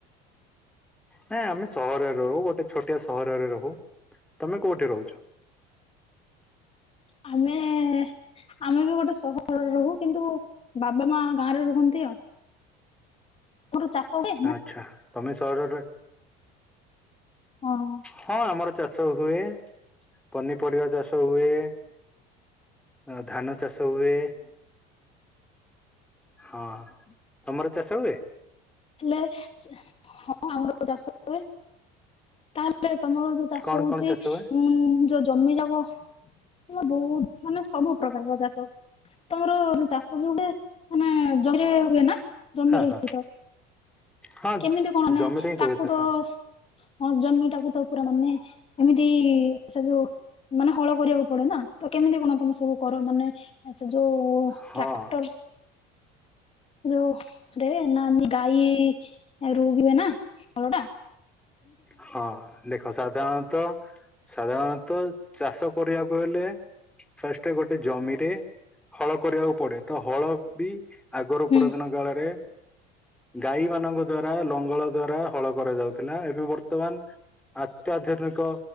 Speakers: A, in the centre; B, on the left.
A: ନାଇଁ ଆମେ ସହରରେ ରହୁ ଗୋଟେ ଛୋଟିଆ ସହରରେ ରହୁ ତମେ କୋଉଠି ରହୁଛ?
B: ଆମେ ଏ ଆମେ ବି ଗୋଟେ ସହରରେ ରହୁ କିନ୍ତୁ ବାବା ମା ଗାଁରେ ରୁହନ୍ତି ଆଉ। ତୋ <unintelligible> ଚାଷ ହୁଏ <unintelligible>
A: ଆଚ୍ଛା ତମେ ସହରରେ ରହି
B: ହଁ।
A: ହଁ ଆମର ଚାଷ ହୁଏ ପନିପରିବା ଚାଷ ହୁଏ। ଅ ଧାନ ଚାଷ ହୁଏ। ହଁ ତମର ଚାଷ ହୁଏ?
B: ହେଲେ ହଁ ଆମର ବି ଚାଷ ହୁଏ ତାହେଲେ ତମର ଯଉ ଚାଷ
A: କଣ
B: ହଉଛି
A: କଣ ହୁଏ?
B: ଉ ଯୋଉ ଜମି ଯାକ ହ ବହୁତ ମାନେ ସବୁ ପ୍ରକାର ଚାଷ ତମର ଯୋଉ ଚାଷ ଯୋଉହୁଏ ମାନେ ଜମିରେ ହୁଏ ନା ଜମିରେ
A: ହଁ ହଁ
B: ହଇ ତ
A: ହଁ
B: କେମିତି କଣ ମାନେ
A: ଜମିରେ ହିଁ
B: ତାକୁ
A: ହୁଏ ଚାଷ
B: ତ ହଁ ଜମିଟାକୁ ତ ପୁରା ମାନେ ଏମିତି ସେ ଯୋଉ ମାନେ ହଳ କରିବାକୁ ପଡେ ନା ତ କେମିତି କଣ ତମେ ସବୁ କର ମାନେ ସେ ଯୋଉ ଟ୍ରାକ୍ଟର
A: ହଁ
B: ଯୋଉ ରେ ନା ଏନ୍ତି ଗାଈ ରୁଉଥିବେ ନା ତଳଟା?
A: ହଁ ଦେଖ ସାଧାରଣତଃ ସାଧାରଣତଃ ଚାଷ କରିବାକୁ ହେଲେ ଫାଷ୍ଟେ ଗୋଟେ ଜମିରେ ହଳ କରିବାକୁ ପଡେ। ତ ହଳ ବି ଆଗରୁ
B: ହୁଁ
A: ପୁରାତନ କାଳରେ ଗାଈ ମାନଙ୍କ ଦ୍ଵାରା ଲଙ୍ଗଳ ଦ୍ଵାରା ହଳ କରାଯାଉଥିଲା, ଏବେ ବର୍ ର୍ତ୍ତମାନ ଅତ୍ୟାଧୁନିକ